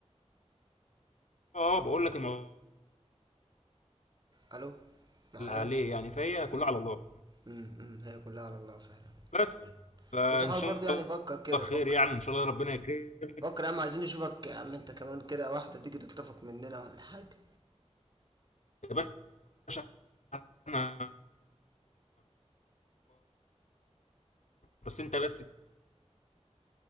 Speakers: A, on the left; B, on the right.
A: اه بقول لك الموضوع
B: الو معايا
A: اللي عليه يعني فهي كلها على الله
B: امم أمم، هي كلها على الله فعلا
A: بس
B: بس
A: فان
B: انت حاول
A: شاء
B: برضه يعني فكر كده
A: الله
B: فكر
A: خير يعني ان شاء الله ربنا يكرمك
B: فكر يا عم عايزين نشوفك يا عم انت كمان كده واحده تيجي تخطفك مننا ولا حاجه
A: يا باشا احنا بس انت بس